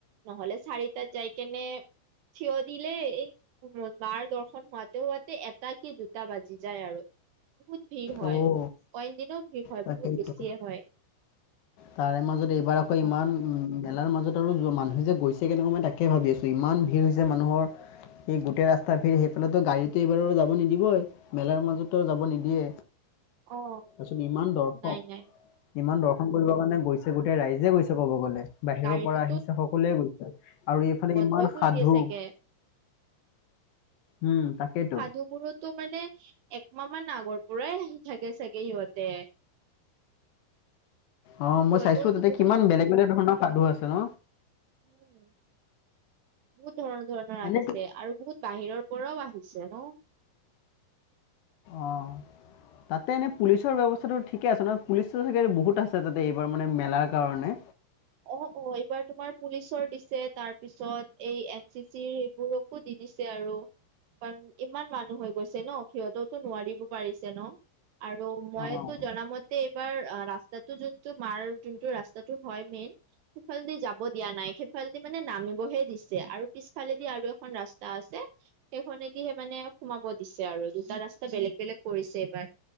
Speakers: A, on the right (about 70°); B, on the left (about 70°).
A: নহ'লে চাৰিটাাত যাই কেনে কেনে থিয় দিলে এই মাৰ দৰ্শন হোৱাতে হোৱাতে, এটা কি দুটা বাজি যায় আৰু। বহুত ভিৰ হয়।
B: অ'
A: অইন দিনাও ভিৰ হয়,
B: তাকেইতো
A: বহুত বেছিয়ে হয়।
B: তাৰে মাজত এইবাৰ আকৌ
A: অ
B: ইমান উম, মেলাৰ মাজত <unintelligible> মানুহে যে গৈছে কেনেকুৱা মই তাকে ভাবি আছোঁ, ইমান ভিৰ হৈছে মানুহৰ। সেই গোটেই ৰাস্তা ভিৰ। সেইফালেতো গাড়ীটো এইবাৰো যাব নিদিবই, মেলাৰ মাজতো যাব নিদিয়ে।
A: অ
B: তাৰপিছত ইমান দৰ্শক।
A: নাই নাই
B: ইমান দৰ্শন কৰিবৰ কাৰণে গৈছে, গোটেই ৰাইজে গৈছে ক'ব গ'লে। বাহিৰৰ
A: গাড়ীটোতো
B: পৰা আহিছে, সকলোৱে গৈছে। আৰু এইফালে
A: বন্ধই
B: ইমান
A: কৰি
B: সাধু
A: দিয়ে চাগে
B: উম তাকেইতো
A: সাধুবোৰটো মানে একমাহ মান আগৰ পৰাই আহি থাকে চাগে সিহঁতে
B: অ',
A: সিহঁতেওতো
B: মই চাইছো তাতে
A: বহুত
B: কিমান বেলেগ বেলেগ ধৰণৰ সাধু আছে ন?
A: উম, বহুত ধৰণৰ, ধৰণৰ আহিছে
B: এনেতো
A: আৰু বহুত বাহিৰৰ পৰাও আহিছে ছে ন?
B: অ'। তাতে এনেই পুলিচৰ ব্যৱস্থাটো ঠিকে আছে নহয়, পুলিচ চাগে বহুত আছে তাতে এইবাৰ মানে মেলাৰ কাৰণে। নে।
A: অ', অ', এইবাৰ তোমাৰ পুলিচৰ দিছে, তাৰ পিছত এই এন চি চিৰ এইবোৰকো দি দিছে আৰু, কাৰণ ইমান মানুহ হৈ গৈছে ন সিহঁতওতো নোৱাৰিব পাৰিছে ন? আৰু মইতো
B: অ',
A: জনা মতে এইবাৰ ৰাস্তাটো যোনটো মাৰ যোনটো ৰাস্তাটো হয় মেইন সেইফালেদি যাব দিয়া নাই। সেইফালেদি মানে নামিবহে দিছে। আৰু পিছফালেদি আৰু এখন ৰাস্তা আছে। সেইখনেদিহে মানে সোমাব দিছে আৰু দুটা ৰাস্তা বেলেগ বেলেগ কৰিছে এইবাৰ।